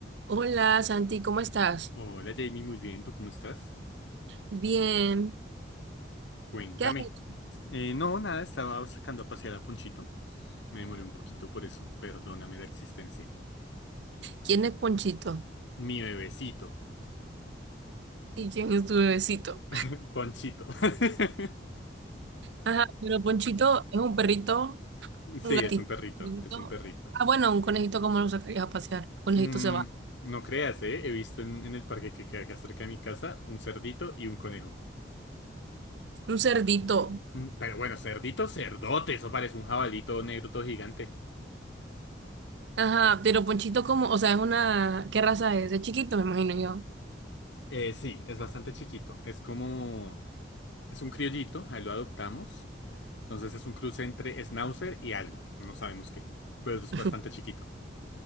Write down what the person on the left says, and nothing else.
Hola Jamie, muy bien, ¿tú cómo estás?
Cuéntame.
Eh, no, nada, estaba sacando a pasear a Ponchito. Me demoré un poquito por eso, perdóname la existencia.
Mi bebecito,
<laughs> Ponchito. <laughs>
Sí,
es un perrito,
es un perrito.
Mm,
no creas, ¿eh? He visto en, en el parque que queda acá cerca de mi casa un cerdito y un conejo.
Mm, Pero bueno, cerdito, cerdote, eso parece un jabalito negro todo gigante.
Eh, sí, es bastante chiquito, es como... Es un criollito, ahí lo adoptamos. Entonces es un cruce entre Schnauzer y algo, no sabemos qué, pero es
bastante chiquito.